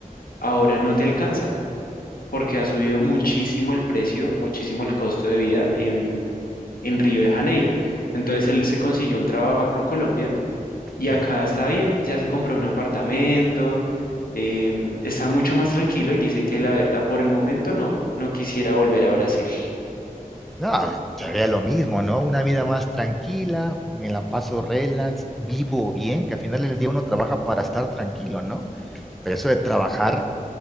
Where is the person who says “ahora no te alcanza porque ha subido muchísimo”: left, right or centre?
Left